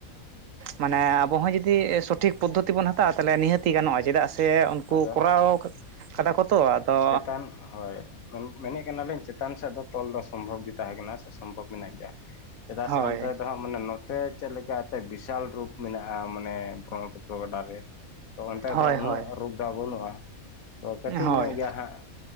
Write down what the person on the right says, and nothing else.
ᱢᱟᱱᱮ ᱟᱵᱚᱸ ᱡᱩᱫᱤ ᱥᱚᱴᱷᱤᱠ ᱯᱚᱫᱽᱫᱷᱚᱛᱤ ᱵᱚᱱ ᱦᱟᱛᱟᱣᱟ ᱛᱟᱦᱚᱞᱮ ᱱᱤᱦᱟᱹᱛ ᱛᱤ ᱜᱟᱱᱚᱜᱼᱟ
ᱪᱮᱫᱟᱜ ᱥᱮ ᱩᱱᱠᱩ
ᱠᱚᱨᱟᱣ ᱠᱟᱫᱟ ᱠᱚ ᱛᱚ ᱟᱫᱚ
ᱦᱳᱭ
ᱦᱳᱭ
ᱦᱳᱭ
ᱦᱳᱭ